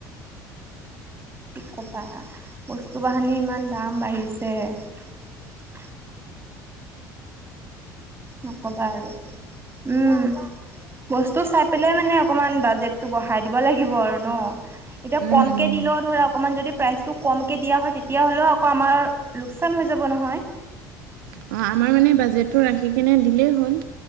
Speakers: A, on the right; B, on the right.
A: কি কবা বস্তু বাহানি ইমান দাম বাঢ়িছে <unintelligible> নকবা আৰু এতি উম বস্তু চাই পেলাই মানে অকমান বাজেটটো বঢ়াই দিব লাগিব আৰু ন
B: উম,
A: এতিয়া কমকে
B: উম।
A: দিলেও ধৰা অকণমান যদি প্ৰাইচটো কমকে দিয়া হয়, তেতিয়া হ'লেও আকৌ আমাৰ লোকচান হৈ যাব নহয়।
B: অৱ আমাৰ মানে বাজেটটো ৰাখি কেনে দিলেই হ'ল।